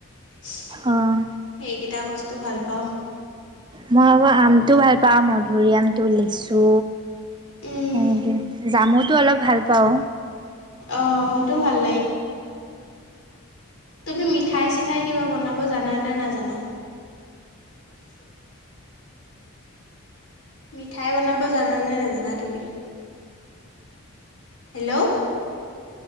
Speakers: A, on the left; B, on the right.
A: সেইকেইটা
B: অ',
A: বস্তু ভাল পাওঁ।
B: মই আকৌ আমটো ভাল পাওঁ, মধুৰিআমটো, লিচু।
A: উম
B: সেনেকে, জামুটো অলপ ভাল পাওঁ।
A: অ', সেইটোওঁ ভাল। তুমি মিঠাই চিঠাই কিবা বনাব জানানে, নাজানা? মিঠাই বনাব জানানে, নাজানা তুমি? Hello,